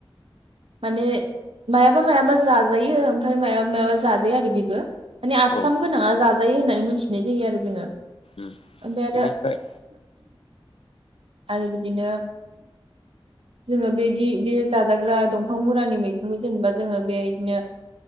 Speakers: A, on the right (about 75°); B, on the left (about 80°).
A: माने मायाबा मायाबा जाजायो ओमफ्राय मायाबा मायाबा जाजाया आरो बेबो माने आसथाम
B: औ
A: गोनाङा जाजा जायो होननानै मिथिनाय जायो आरो जोङो
B: ओ
A: ओमफ्राय आरो
B: इनिफ्राय
A: आरो बिदिनो जोङो बेदि बे जाजाग्रा दंफां मुरानि मैखुनखौ जेनेबा जोङो बे बिदिनो